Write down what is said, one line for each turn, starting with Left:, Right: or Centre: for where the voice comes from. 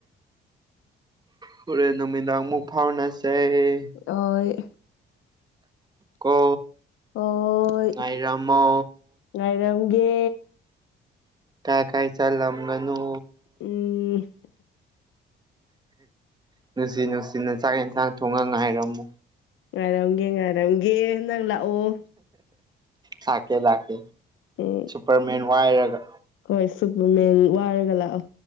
Right: ꯍꯣꯔꯦꯟ ꯅꯨꯃꯤꯗꯥꯡ ꯑꯃꯨꯛ ꯐꯥꯎꯅꯁꯩ
Left: ꯑꯣꯏ
Right: ꯀꯣ
Left: ꯍꯣꯏ
Right: ꯉꯥꯏꯔꯝꯃꯣ
Left: ꯉꯥꯏꯔꯝꯒꯦ
Right: ꯀꯥꯥꯏ ꯀꯥꯏ ꯆꯜꯂꯝꯒꯅꯣ
Left: ꯎꯝ
Right: ꯅꯨꯡꯁꯤ ꯅꯨꯡꯁꯤꯅ ꯆꯥꯛ ꯌꯦꯟꯁꯥꯡ ꯊꯣꯡꯉꯒ ꯉꯥꯏꯔꯝꯃꯨ
Left: ꯉꯥꯏꯔꯝꯒꯦ ꯉꯥꯏꯔꯝꯒꯦ ꯅꯪ ꯂꯥꯛꯑꯣ
Right: ꯂꯥꯛꯀꯦ ꯂꯥꯛꯀꯦ
Left: ꯎꯝ
Right: ꯁꯨꯄꯔꯃꯦꯟ ꯋꯥꯏꯔꯒ
Left: ꯍꯣꯏ ꯁꯨꯄꯔꯃꯦꯟ ꯋꯥꯏꯔꯒ ꯂꯥꯛꯑꯣ